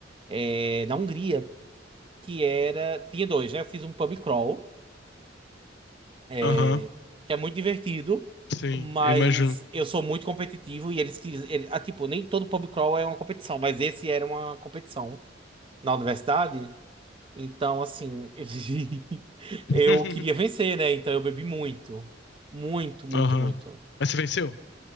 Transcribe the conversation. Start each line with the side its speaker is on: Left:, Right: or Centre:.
Right: é, na Hungria, que era, tinha dois, né? Eu fiz um pub crawl,
Left: Aham,
Right: eh, que é muito divertido,
Left: sim,
Right: mas
Left: eu imagino.
Right: eu sou muito competitivo e eles, quis- ele- ah, tipo, nem todo pub crawl é uma competição, mas esse era uma competição. na universidade. Então, assim, <laughs>
Left: <laughs>
Right: eu queria vencer, né? Então eu bebi muito. Muito, muito,
Left: Aham.
Right: muito.
Left: Mas você venceu?